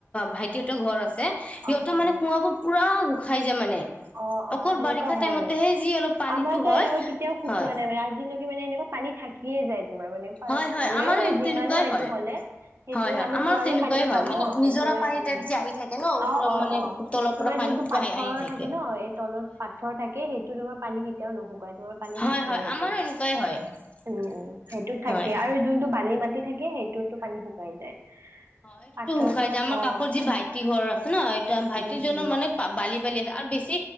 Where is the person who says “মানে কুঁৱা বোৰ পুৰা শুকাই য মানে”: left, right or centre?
Left